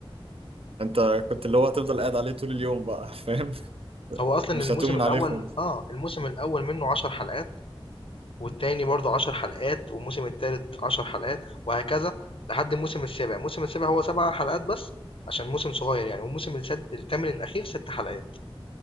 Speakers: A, on the right; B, on the left.
A: <laughs> انت كنت اللي هو هتفضل قاعد عليه طول اليوم بقى فاهم <laughs>
B: هو اصلا
A: مش
B: الموسم
A: هتؤمن
B: الاول
A: عليه خالص
B: اه الموسم الاول منه عشر حلقات والتاني برضو عشر حلقات والموسم التالت عشر حلقات وهكذا لحد الموسم السابع الموسم السابع هو سبع حلقات بس عشان موسم صغير يعني والموسم الساد... الثامن الاخير ست حلقات